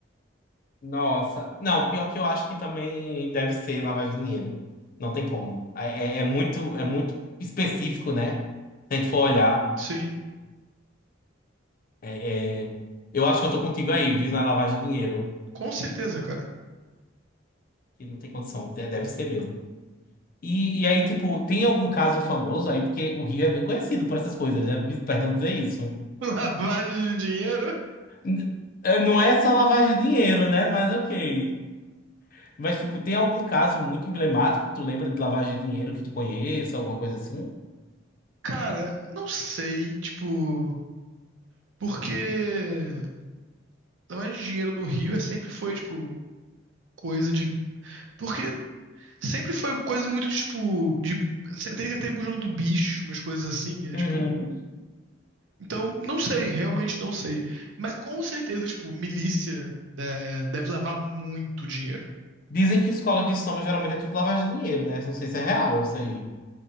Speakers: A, on the left; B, on the right.
A: Nossa, não, pior que eu acho que também deve ser lavar dinheiro. Não tem como. É, é é muito, é muito específico, né? Se a gente for olhar.
B: Sim,
A: É, é, eu acho que eu tô contigo aí, viu, na lavagem de dinheiro.
B: com certeza, cara.
A: Que não tem condição, de- deve ser mesmo. E, e aí, tipo, tem algum caso famoso aí? Porque o Rio é bem conhecido por essas coisas, né? Me- Perdão dizer isso.
B: <laughs> Lavagem de dinheiro?
A: N- é, Não é só lavagem de dinheiro, né? Mas ok. Mas, tipo, tem algum caso muito emblemático que tu lembra de lavagem de dinheiro que tu conheça, alguma coisa assim?
B: Cara, não sei, tipo, porque lavagem de dinheiro no Rio é sempre foi, tipo, coisa de. Porque sempre foi coisa muito, tipo, de. sempre Tem, tem museu do bicho, umas coisas assim, é
A: Uhum.
B: tipo. Então, não sei, realmente não sei. Mas com certeza, tipo, milícia, é, deve lavar muito dinheiro.
A: Dizem que escola de samba geralmente é tudo lavagem de dinheiro, né? Não sei se é real isso aí.